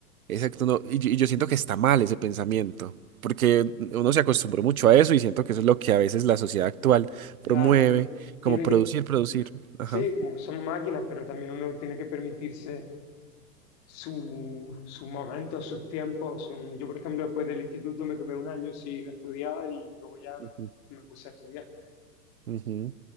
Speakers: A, on the right; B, on the left.
A: Exacto, no, y, yo y yo siento que está mal ese pensamiento, porque uno se acostumbró mucho a eso y siento que eso es lo que a veces la sociedad actual
B: claro,
A: promueve,
B: pero
A: como
B: tiene
A: producir,
B: que,
A: producir. Ajá.
B: Sí, como que somos máquinas, pero también uno tiene que permitirse su- sus momentos, sus tiempos. su- Yo, por ejemplo, después del instituto me tomé un año sin estudiar y luego ya
A: Ujú,
B: me puse a estudiar.
A: ujú.